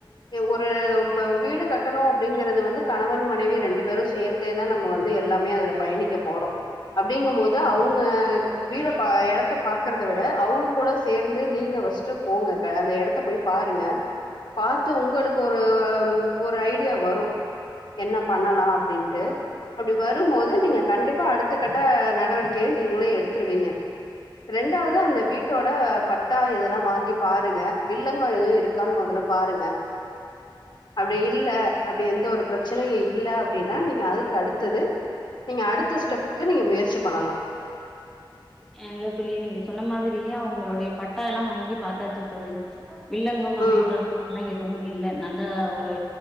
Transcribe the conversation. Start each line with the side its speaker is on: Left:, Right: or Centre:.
Left: ஒரு இப்ப வீடு கட்டணு அப்படிங்கறது வந்து கணவன், மனைவி ரெண்டு பேரும் சேர்ந்தேதான் நம்ம வந்து எல்லாமே அதுல பயணிக்க போறோம், அப்டிங்கம் போது அவங்க வீட பாத் எடத்த பாக் பாக்கறத விட, அவங்க கூட சேர்ந்து நீங்க ஃபஸ்ட் போங்க கா அந்த இடத்த போய் பாருங்க பாத்து உங்களுக்கு ஒரு ஒரு ஐடியா வரும் என்ன பண்ணலாம் அப்டின்ட்டு, அப்படி வரும்போது நீங்க கண்டிப்பா அடுத்த கட்ட நடவடிக்கைய நீங்களே எடுத்துருவீங்க. ரெண்டாவது அந்த வீட்டோட பட்டா இதெல்லாம் வாங்கி பாருங்க, வில்லங்கம் எதுவும் இருக்கான்னு முதல்ல பாருங்க, அப்படி இல்ல அப்படி எந்த ஒரு பிரச்சனை இல்ல அப்படின்னா நீங்க அதுக்கு அடுத்தது நீங்க அடுத்த ஸ்டெப்புக்கு க்கு நீங்க முயற்சி பண்ணலா.
Centre: ஏ எப் தோழி நீங்க சொன்ன மாதிரி தோழி அவங்களொடைய பட்டா எல்லாம் வாங்கி பாத்தாச்சு தோழி. வில்ங்கம் அப்படின்ற
Left: ம்
Centre: எல்லாம் யே றோம் இல்ல நல்ல ஒரு